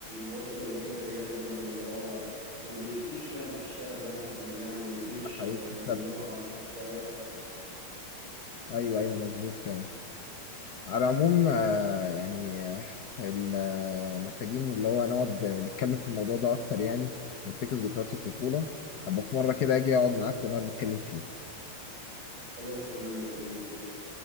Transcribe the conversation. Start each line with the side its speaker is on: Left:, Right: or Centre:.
Right: وصل لدرجه سيئه جدا اللي هو ما بي- فيش لعب في الشارع زي ما احنا كنا بنعمل ما فيش
Left: ده حقيقي
Right: آه،
Left: مش لعبه
Right: متعه ما فيش ذكريات
Left: ايوه ايوه مظبوط فعلا على العموم آه، يعني آه، ال- آه، محتاجين اللي هو نقعد آه، نتكلم في الموضوع ده اكتر يعني نفتكر ذكريات الطفوله ابقى في مره كده اجي اقعد معاك ونقعد نتكلم فيه
Right: خلاص تمام مستنيك ماشي